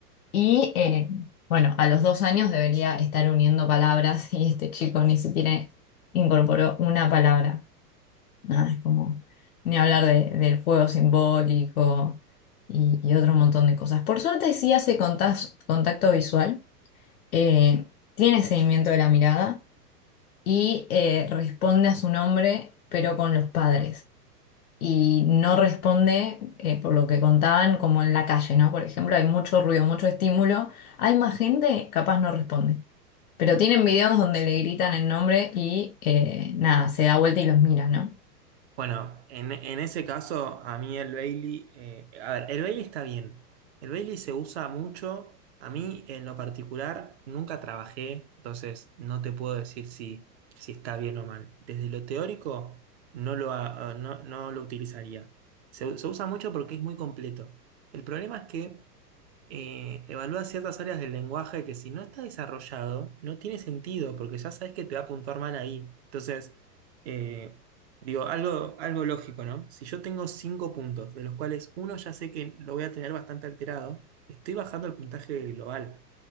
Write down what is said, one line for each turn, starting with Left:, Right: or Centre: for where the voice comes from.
Left: Y eh, bueno, a los dos años debería estar uniendo palabras y este chico ni siquiera incorporó una palabra. Nada, es como ni hablar de- del juego simbólico y, y otro montón de cosas. Por suerte sí hace contas- contacto visual eh, tiene seguimiento de la mirada y eh, responde a su nombre, pero con los padres. Y no responde, eh, por lo que contaban, como en la calle, ¿no? Por ejemplo, hay mucho ruido, mucho estímulo. Hay más gente, capaz no responde. Pero tienen videos donde le gritan el nombre y eh, nada, se da vuelta y los mira, ¿no?
Right: Bueno, en, en ese caso, a mí el Bailey, eh, a ver, el Bailey está bien. El Bailey se usa mucho. A mí, en lo particular, nunca trabajé, entonces no te puedo decir si, si está bien o mal. Desde lo teórico, no lo, ha- no, no lo utilizaría. Se, se usa mucho porque es muy completo. El problema es que eh, evalúa ciertas áreas del lenguaje que si no está desarrollado, no tiene sentido, porque ya sabes que te va a puntuar mal ahí. Entonces, eh, digo, algo, algo lógico, ¿no? Si yo tengo cinco puntos, de los cuales uno ya sé que lo voy a tener bastante alterado, estoy bajando el puntaje global.